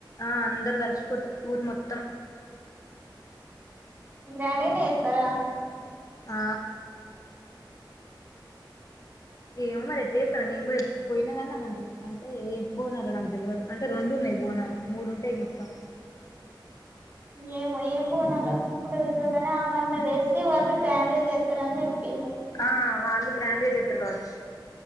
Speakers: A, on the left; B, on the right.
A: ఆ అందరు కలిసిపోతారు ఊరు మొత్తం
B: గ్రాండ్ గానే యితర
A: ఆ ఏమ్ మరి ఏటా చేసారో నేను కూడా ఎప్పు పోయినా కానీ నాకు అంత అంటే ఏం బోనాలో నాకు తెలవదు అంటే రెండు ఉన్నాయి బోనాలు మూడుంటాయి మొత్తం
B: ఏమో ఏం బోనాలో ఇండు తెలీదు కాని ఆమన్న వేసి వాళ్ళు గ్రాండ్ గా చేస్తారని చెప్పింది
A: ఆ వాళ్ళు గ్రాండ్గా చెత్రారు కావచ్చు